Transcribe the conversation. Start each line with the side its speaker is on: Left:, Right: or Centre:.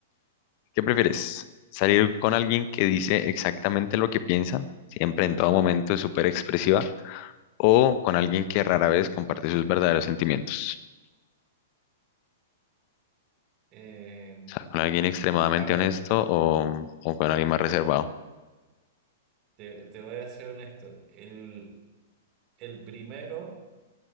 Left: ¿qué prefieres? ¿Salir con alguien que dice exactamente lo que piensa, siempre en todo momento es súper expresiva, o con alguien que rara vez comparte sus verdaderos sentimientos?
Right: Eh,
Left: O sea, con alguien extremadamente
Right: a ver,
Left: honesto o, o con alguien más reservado.
Right: te, te voy a ser honesto. El, el primero,